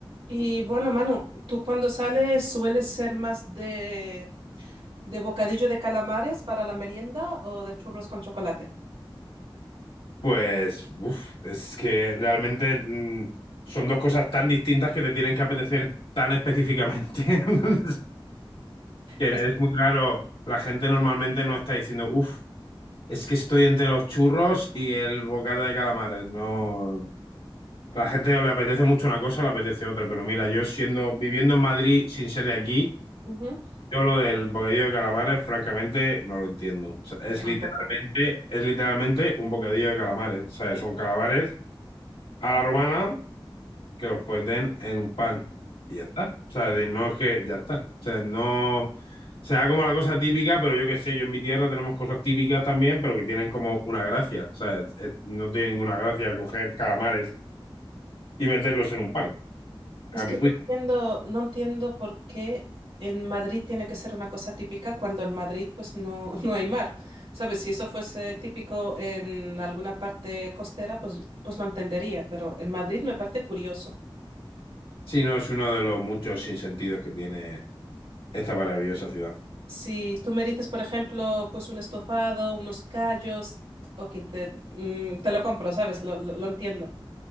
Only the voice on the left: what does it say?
Pues, uf, es que realmente mm, son dos cosas tan distintas que te tienen que apetecer tan específicamente. <laughs> Que
es muy raro. La gente normalmente no está diciendo, uff, es que estoy entre los churros y el bocata de calamares. No. A la gente o le apetece mucho una cosa o le apetece otra. Pero mira, yo siendo, viviendo en Madrid sin ser de aquí,
yo lo del bocadillo de calamares, francamente, no lo entiendo. O sea, es
literalmente, es literalmente un bocadillo de calamares. O sea, son calamares a la romana que los ponen en un pan y ya está. O sea, de- no es que ya está. O sea, no sea como la cosa típica, pero yo qué sé, yo en mi tierra tenemos cosas típicas también, pero que tienen como una gracia. O sea, es- es- no tiene ninguna gracia coger calamares y meterlos en un pan, a
mi juicio.
Si no, es uno de los muchos sinsentidos que tiene esta maravillosa ciudad.